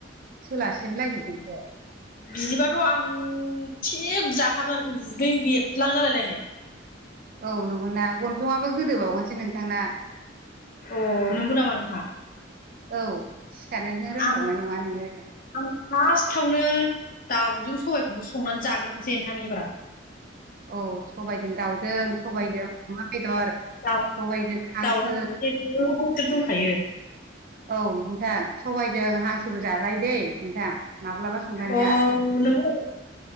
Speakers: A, on the right; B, on the left.
A: सोलास्लिमलायजोबगोनसो
B: बिदिबाथ' आं थिक जाखागोन उदै बेरलां जालायलायनो
A: औ नंगौ ना गनथंआो गोदोबावगोनसो नोंथांना
B: अ नंगौ नामा नोंथां
A: औ सिखारनोनो रोंबावनाय
B: आं
A: नङा नोङो
B: आं फार्स्टआवनो दाउजों सबाइखौनो संनानै जाग्रोनोसै नोंथां इबारा
A: औ सबायजों दाउजों सबायजों अमा बेदर
B: दाउ
A: सबायजों हांसो
B: दाउलासे गोदोर दंखायो।
A: औ नोंथां सबायजों हांसोबो जाजायो दैे नोंथां माब्लाबा संनानि
B: अ
A: जा
B: नोंगौ